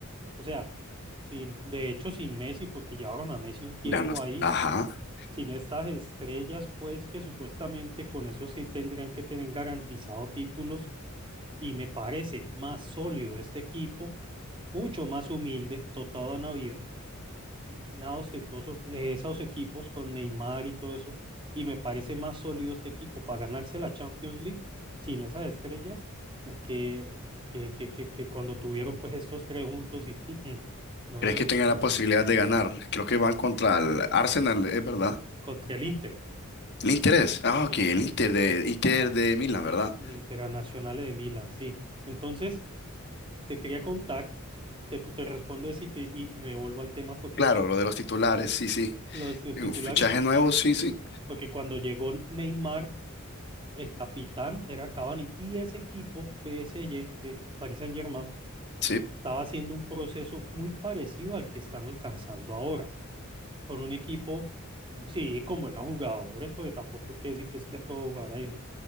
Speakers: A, on the right; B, on the left.
A: o sea, sin, de hecho sin Messi porque llevaron a Messi un tiempo
B: Ya no.
A: ahí
B: Ajá.
A: sin estas estrellas, pues que supuestamente con eso sí tendrían que tener garantizado títulos y me parece más sólido este equipo, mucho más humilde, dotado a vida nada ostentoso, eh, esos equipos con Neymar y todo eso, y me parece más sólido este equipo para ganarse la Champions League sin esas estrellas eh, que, que, que, que, que cuando tuvieron pues estos tres juntos y mm, mm, no
B: ¿Crees
A: dieron
B: que tengan
A: pie con
B: la posibilidad
A: bola
B: de ganar? Creo que van contra el Arsenal, ¿es verdad?
A: contra el Inter,
B: El Inter es. Ah,
A: el
B: ok,
A: Inter.
B: el Inter de, Inter de Milán,
A: Eh,
B: ¿verdad?
A: El Internacional de Milán, sí. Entonces, te quería contar, te, te respondo eso y, te- y, y me vuelvo al tema, porque
B: Claro,
A: es que
B: lo de los titulares, sí, sí.
A: lo de los
B: Eh,
A: titulares,
B: Fichaje
A: porque,
B: nuevo, sí, sí.
A: porque cuando llegó Neymar, el capitán era Cavani, y ese equipo, PSG, P- Paris Saint-Germain,
B: Sí,
A: estaba haciendo un proceso muy parecido al que están alcanzando ahora, con un equipo, sí, con buenos jugadores, porque tampoco hay que decir que es que todo jugador hay